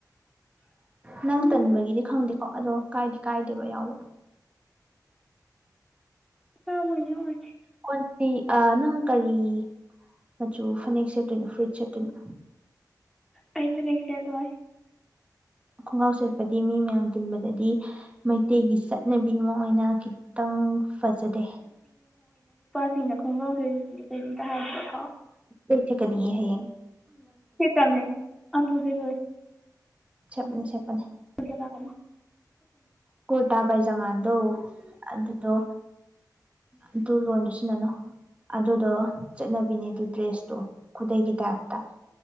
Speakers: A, on the right (about 20°); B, in the centre.
A: ꯅꯪ
B: ꯎꯝ
A: ꯇꯟꯕꯒꯤꯗꯤ ꯈꯪꯗꯦꯀꯣ ꯑꯗꯣ ꯀꯥꯏꯗꯤ ꯀꯥꯏꯗꯦꯕ ꯌꯥꯎꯕ
B: ꯑꯄꯥꯕ ꯑꯣꯏꯅ ꯑꯣꯏꯔꯁꯤ
A: ꯀꯨꯟ ꯄꯤ ꯑ ꯅꯪ ꯀꯔꯤ ꯃꯆꯨ ꯐꯅꯦꯛ ꯁꯦꯠꯇꯣꯏꯅꯣ ꯐꯨꯔꯤꯠ ꯁꯦꯠꯇꯣꯏꯅꯣ
B: ꯑꯩ ꯐꯥꯅꯦꯛ ꯁꯦꯠꯂꯣꯏ
A: ꯈꯣꯡꯒ꯭ꯔꯥꯎ ꯁꯦꯠꯄꯗꯤ ꯃꯤ ꯃꯌꯥꯝ ꯇꯤꯟꯕꯗꯗꯤ ꯃꯩꯇꯩꯒꯤ ꯆꯠꯅꯕꯤ ꯑꯃ ꯑꯣꯏꯅ ꯈꯤꯇꯪ ꯐꯖꯗꯦ
B: ꯁꯤꯡꯅ ꯈꯣꯡꯒꯥꯎ ꯁꯦꯠꯂꯤꯁꯤꯗꯤ ꯀꯔꯤꯝꯇ ꯍꯥꯏꯗ꯭ꯔꯥꯒ
A: ꯂꯣꯢ ꯁꯦꯠꯀꯅꯤꯌꯦ ꯍꯥꯌꯦꯡ
B: ꯁꯦꯠꯇꯝꯅꯦ ꯑꯝꯕꯨꯛ ꯁꯦꯠꯂꯣꯢ
A: ꯁꯦꯠꯄꯅꯦ ꯁꯦꯠꯄꯅꯦ
B: ꯂꯣꯢ ꯁꯦꯠ ꯂꯥꯛꯀꯅꯤ
A: ꯀꯨꯔꯇꯥ ꯕꯥꯢꯖꯃꯥꯟꯗꯣ ꯑꯗꯨꯗꯣ ꯑꯗꯨ ꯂꯣꯟꯗꯣ ꯁꯤꯖꯟꯅꯅꯨ ꯑꯗꯨꯗꯣ ꯆꯠꯅꯕꯤꯅꯦ ꯑꯗꯨ ꯗ꯭ꯔꯦꯁꯇꯣ ꯈꯨꯗꯩꯒꯤ ꯇꯥꯏꯞꯇ